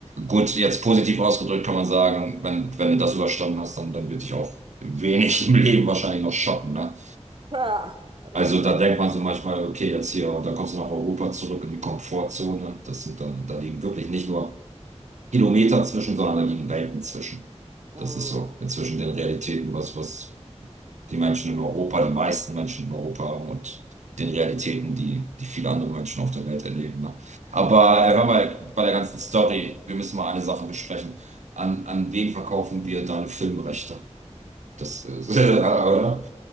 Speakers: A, on the right; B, on the right.
A: Gut, jetzt positiv ausgedrückt kann man sagen, wenn, wenn du das überstanden hast, dann, dann wird dich auch wenig im Leben wahrscheinlich noch schocken, ne?
B: Ha, ja das
A: Also
B: stimmt.
A: da denkt man so manchmal, okay, jetzt hier, und dann kommst du nach Europa zurück in die Komfortzone. Das sind dann, da liegen wirklich nicht nur Kilometer zwischen, sondern da liegen Welten zwischen.
B: Mm.
A: Das ist so inzwischen den Realitäten, was, was die Menschen in Europa, die meisten Menschen in Europa haben und den Realitäten, die, die viele andere Menschen auf der Welt erleben. Ne? Aber äh, hör mal, bei der ganzen Story, wir müssen mal eine Sache besprechen. An, an wen verkaufen wir deine Filmrechte? Das ist, <laughs> oder?